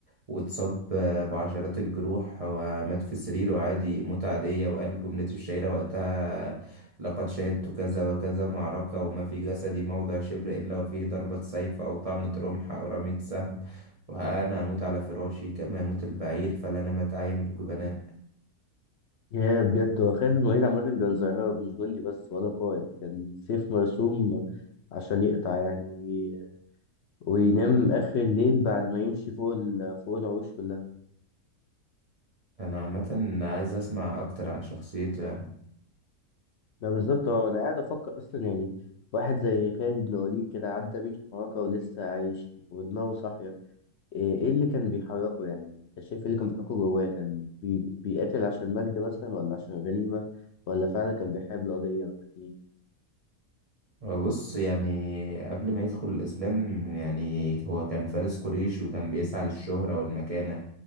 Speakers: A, on the right; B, on the left.
A: واتصاب آه، بعشرات الجروح ومات في سريره عادي موتة عادية وقال جملته الشهيرة وقتها لقد شهدت كذا وكذا معركة وما في جسدي موضع شبر إلا وفيه ضربة سيف أو طعنة رمح أو رمية سهم وأنا هموت على فراشي كما يموت البعير فلا نمت أعين الجبناء
B: يا بجد هو خالد الوليد عامة كان ظاهرة مش جندي بس ولا قائد كان سيف مرسوم عشان يقطع يعني وي... وينام آخر الليل بعد ما يمشي فوق ال... فوق العروش كلها
A: أنا عامة عايز أسمع أكتر عن شخصيته يعني
B: ده بالظبط هو أنا قاعد أفكر أصلا يعني واحد زي خالد بن وليد كده عدى مية معركة ولسه عايش ودماغه صاحية إيه إيه اللي كان بيحركه يعني أنت شايف إيه اللي كان بيحركه جواه كان بي... بيقاتل عشان مجد مثلا ولا عشان غنيمة ولا فعلا كان بيحارب القضية ولا كان إيه؟
A: هو بص يعني قبل ما يدخل الإسلام يعني هو كان فارس قريش وكان بيسعى للشهرة والمكانة